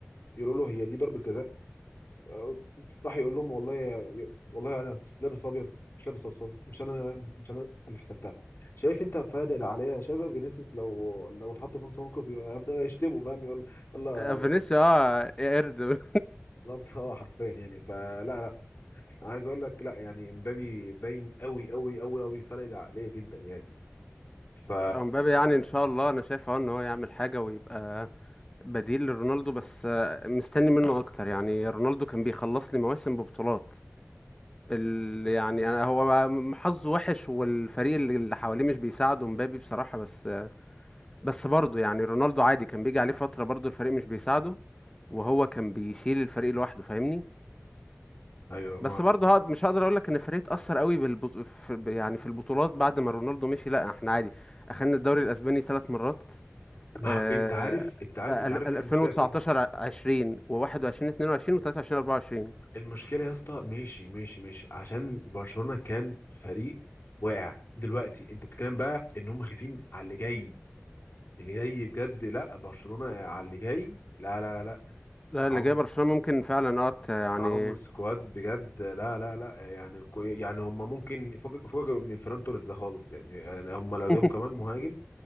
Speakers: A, on the left (about 50°); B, on the left (about 20°).
A: يقولوا له هي دي ضربة جزاء آه، راح يقول لهم والله يا- والله انا لابس ابيض مش لابس اصفر مش انا مش انا اللي حسبتها شايف انت فارق اللي عليا شايف بقى فينيسيوس لو لو اتحط في نفس الموقف هيبدا يشتمه فاهم يقول يلا
B: <laughs> فينيسيا اه قرد
A: بالظبط <laughs> اه حرفيا يعني فلا لا انا عايز اقول لك لا يعني امبابي باين قوي قوي قوي قوي فارق اللي عليا جدا يعني ف
B: امبابي يعني ان شاء الله انا شايف اه ان هو يعمل حاجه ويبقى بديل لرونالدو بس آه، مستني منه اه اكتر يعني رونالدو كان بيخلص لي مواسم ببطولات ال... يعني أنا هو حظه وحش والفريق اللي اللي حواليه مش بيساعده مبابي بصراحة بس بس برضه يعني رونالدو عادي كان بيجي عليه فترة برضه الفريق مش بيساعده وهو كان بيشيل الفريق لوحده فاهمني
A: ايوه ما
B: بس برضه هقد- مش هقدر اقول لك ان الفريق اتأثر قوي بالبط... في... يعني في البطولات بعد ما رونالدو مشي لا احنا عادي اخدنا الدوري الاسباني ثلاث مرات
A: ما
B: آه،
A: انت عارف انت عارف
B: ف 2019
A: انت عارف ايه المشكله في إيه؟
B: 20 و21 22 و23 24
A: المشكله يا اسطى ماشي ماشي ماشي عشان برشلونه كان فريق واقع دلوقتي انت بتتكلم بقى ان هم خايفين على اللي جاي اللي جاي بجد لا برشلونه على اللي جاي لا لا لا لا
B: لا اللي
A: معاهم
B: جاي برشلونة ممكن فعلا اه ت- يعني
A: معاهم سكواد بجد لا لا لا يعني كو- يعني هم ممكن فوق فوق من فران توريس ده خالص يعني يعني هم لو
B: <laughs>
A: جابوا كمان مهاجم